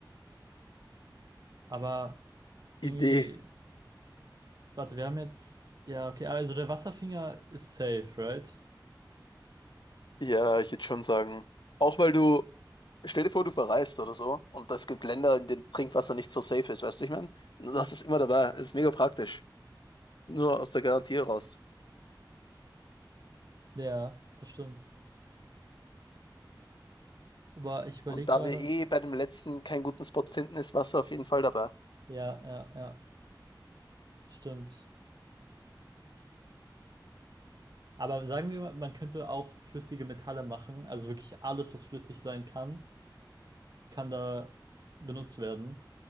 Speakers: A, on the right; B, on the left.
A: Aber irgendwie,
B: Idee.
A: warte, wir haben jetzt, ja, okay, also der Wasserfinger ist safe, right?
B: Ja, ich würde schon sagen. Auch weil du, stell dir vor, du verreist oder so und es gibt Länder, in denen Trinkwasser nicht so safe ist, weißt du, ich meine? Du hast es immer dabei, es ist mega praktisch. Nur aus der Garantie raus.
A: Ja, das stimmt. Aber ich überlege
B: Und da
A: gerade.
B: wir eh bei dem letzten keinen guten Spot finden, ist Wasser auf jeden Fall dabei.
A: Ja, ja, ja, stimmt. Aber sagen wir mal, man könnte auch flüssige Metalle machen. Also wirklich alles, was flüssig sein kann, kann da benutzt werden.